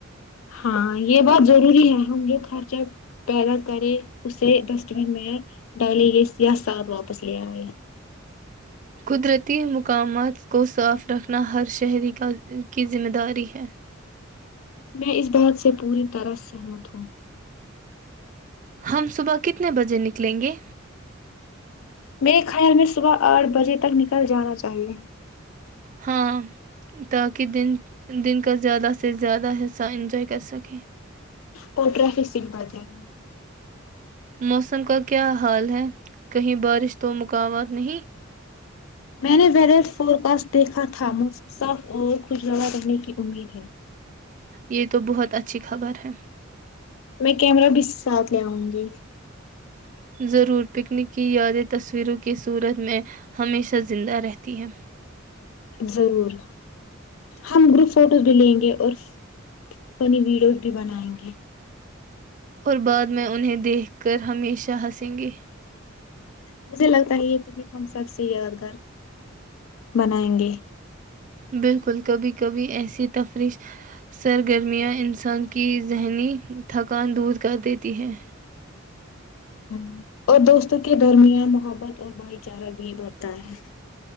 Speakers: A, on the left (about 75°); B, on the right (about 40°).
A: ہاں یہ بات ضروری ہے ہم جو خرچہ پیدا کریں اسے ڈسٹ بین میں ڈالیں گے یا ساتھ واپس لے آ گے
B: قدرتی مقامات کو صاف رکھنا ہر شہری کی ذمہ داری ہے
A: میں اس بات سے پوری طرح سہمت ہوں
B: ہم صبح کتنے بجے نکلیں گے
A: میرے خیال میں صبح آٹھ بجے تک نکل جانا چاہیے
B: ہاں تاکہ دن دن کا زیادہ سے زیادہ حصہ انجوائے کر سکے
A: کو ٹریافک سم پڑ جائے گ
B: موسم کا کیا حال ہے کہیں بارش تو مقوات نہیں
A: میں نے وڈٹ فورکسٹ دیکھا تھا موسم صاف اور خوشگوا رہنے کی امید ہے
B: یہ تو بہت اچھی خبر ہے
A: میں کیمرہ بھی اس کے ساتھ لے آؤں گی
B: ضرور پکنک کی یادیں تصویروں کی صورت میں ہمیشہ زندہ رہتی ہیں
A: ضرور ہم گروپ فوٹوز بھی لیں گے اور فنی ویڈیوز بھی بنائیں گے
B: اور بعد میں انہیں دیکھ کر ہمیشہ ہنسیں گے
A: مجھے لگتا ہے یہ تو ہم سب سے یادگار بنائیں گے
B: بالکل کبھی کبھی ایسی تفریش سرگرمیاں انسان کی ذہنی تھکان دور کر دیتی ہیں
A: ہ اور دوستوں کے درمیان محبت اور بھائی چارہ بھی بڑھتا ہے